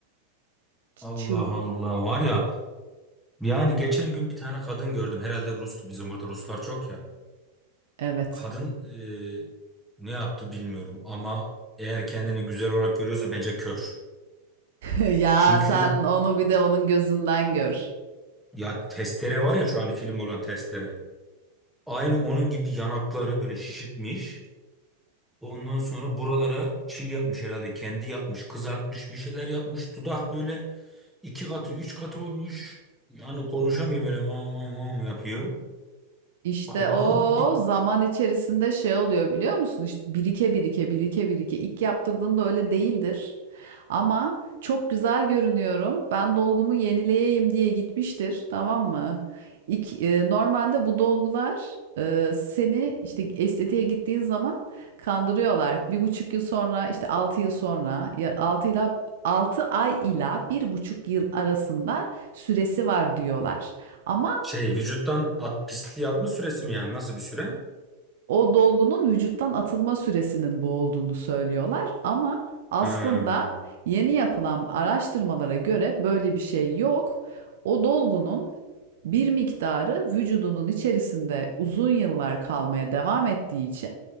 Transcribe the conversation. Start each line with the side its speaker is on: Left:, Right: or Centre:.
Right: Ç-
Centre: Allah
Right: çıl
Centre: Allah var ya yani geçen gün bir tane kadın gördüm herhalde Rus'tu bizim burada Ruslar çok ya.
Right: evet
Centre: Kadın e, ne yaptı bilmiyorum ama eğer kendini güzel olarak görüyorsa bence kör.
Right: <laughs> ya
Centre: Çünkü
Right: sen onu bir de onun gözünden gör.
Centre: ya testere var ya şu an film olan testere. Aynı onun gibi yanakları böyle şişirtmiş. Ondan sonra buralara çil yapmış herhalde. Kendi yapmış, kızartmış, bir şeyler yapmış. Dudak böyle iki katı, üç katı olmuş. Yani konuşamıyor böyle mam mam mam yapıyor.
Right: İşte
Centre: Allah'ım
Right: o
Centre: bir
Right: zaman içerisinde şey oluyor biliyor musun? İşte birike birike birike birike. İlk yaptırdığında öyle değildir. Ama çok güzel görünüyorum. Ben dolgumu yenileyeyim diye gitmiştir, tamam mı? İlk, e, normalde bu dolgular e, seni işte estetiğe gittiğin zaman kandırıyorlar. Bir buçuk yıl sonra işte altı yıl sonra ya altı ila 6 ay ila bir buçuk yıl arasında süresi var diyorlar. Ama
Centre: Şey vücuttan at, pisliği atma süresi mi yani? Nasıl bir süre?
Right: O dolgunun vücuttan atılma süresinin bu olduğunu söylüyorlar ama aslında
Centre: Hmm.
Right: yeni yapılan araştırmalara göre böyle bir şey yok. O dolgunun bir miktarı vücudunun içerisinde uzun yıllar kalmaya devam ettiği için